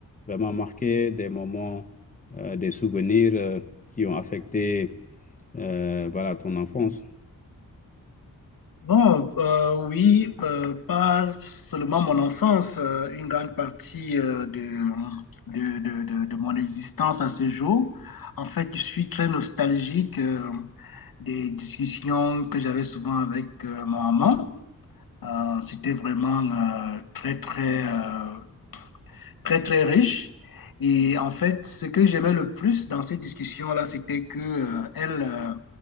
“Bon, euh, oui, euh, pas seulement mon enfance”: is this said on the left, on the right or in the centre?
Left